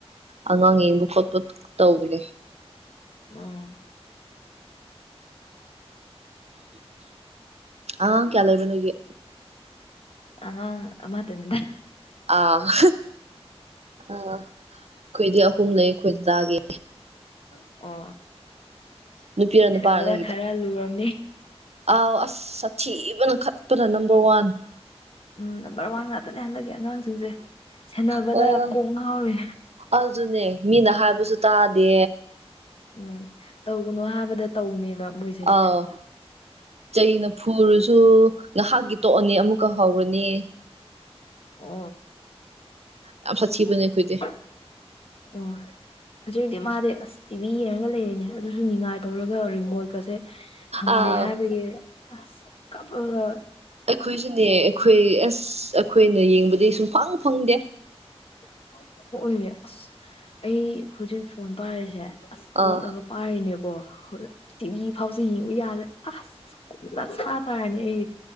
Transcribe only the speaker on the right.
ꯑꯉꯥꯡ ꯌꯦꯡꯕ ꯈꯣꯠꯄ ꯇꯧꯕꯅꯦ
ꯑꯉꯥꯡ ꯀꯌꯥ ꯂꯩꯕ ꯅꯣꯏꯒꯤ
ꯑꯥ <unintelligible> ꯑꯩꯈꯣꯏꯗꯤ ꯑꯍꯨꯝ ꯂꯩ ꯑꯩꯈꯣꯏ ꯗꯗꯥꯒꯤ
ꯅꯨꯄꯤꯔ
ꯅꯨꯄꯥꯔ ꯅꯪꯒꯤꯗꯣ
ꯑꯥꯎ ꯑꯁ ꯁꯥꯊꯤꯕꯅ ꯈꯠꯄꯗ number one
ꯑꯣ
ꯑꯗꯨꯅꯦ ꯃꯤꯅ ꯍꯥꯏꯕꯁꯨ ꯇꯥꯗꯦ
ꯑꯥꯎ ꯆꯩꯅ ꯐꯨꯔꯨꯁꯨ ꯉꯍꯥꯛꯀꯤ ꯇꯣꯛꯑꯅꯤ ꯑꯃꯨꯛꯀ ꯍꯧꯔꯅꯤ
ꯌꯥꯝ
ꯁꯥꯊꯤꯕꯅꯦ ꯑꯩꯈꯣꯏꯗꯤ
ꯑꯥ
ꯑꯩꯈꯣꯏꯁꯨꯅꯦ ꯑꯩꯈꯣꯏ ꯑꯁ ꯑꯩꯈꯣꯏꯅ ꯌꯦꯡꯕꯗꯤ ꯁꯨꯡ ꯐꯪ ꯐꯪꯗꯦ
ꯑꯥ